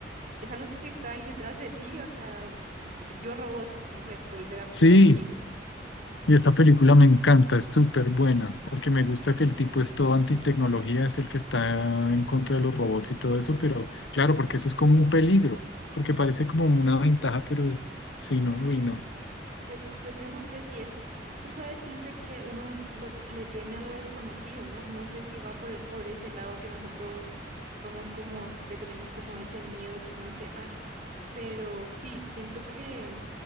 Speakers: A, on the right (about 45°); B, on the left (about 75°).
A: es algo que está ahí detrás de ti, o sea, co- yo, yo robot, no sé, por el de la, de
B: Sí,
A: la película.
B: Y esa película me encanta, es súper buena, porque me gusta que el tipo es todo antitecnología, es el que está en contra de los robots y todo eso, pero claro, porque eso es como un peligro, porque parece como una ventaja, pero sí, no, uy, no.
A: Pues, pues yo no sé si es, tú sabes siempre que uno lo- le teme a lo desconocido, ¿no? No sé si va por, e- por ese lado que nosotros somos como, le tenemos como ese miedo, como ese ash, pero sí, siento que